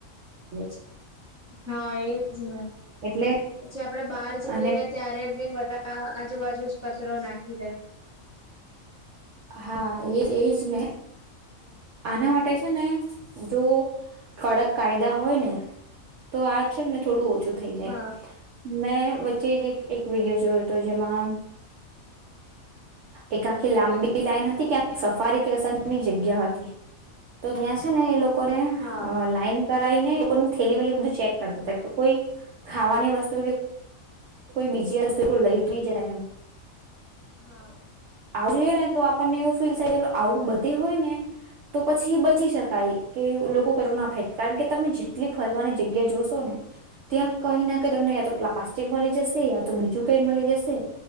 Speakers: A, on the right; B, on the right.
A: દે.
B: હા એજ હોય,
A: એટલે
B: પછી આપડે બહાર જઈએ
A: અને
B: ત્યારે બી બધા આજુબાજુ જ કચરો નાખી દે.
A: હા એજ એજ ને, આના માટે છે ને જો, કડક કાયદા હોય ને, તો આ છે ને થોડું ઓછું થ જાય,
B: હા
A: મે પી એક વિડીયો જોયો હતો જેમાં. એકાકી લ લાઈન હતી કે સફારી કે અસરની જગ્યા હતી તો ત્યાં છે ને એ લોક કોને
B: હા
A: અહ લાઈન કરાઈ ને એને થેલી વેલી બધું ચેક કરતા હતા કે કોઈ ખાવાની વસ્તુ કે કોઈ બીજી આ કો લઈ ની જાય એમ.
B: હા.
A: આ જોઈને તો આપણ ને એવું ફીલ થાય ચાલ આવું બધે હોય ને તો પછી એ બચી શકાય કે લોકો કરરોના ફેક કારણ કે તમે જેટલી ફરવાની જગ્યા જોશો ને ત્યાં કઈ નાને ક તમને તો પ્લાસ્ટિક વાડી જશે યા તો બીજું કઈ મળી જશે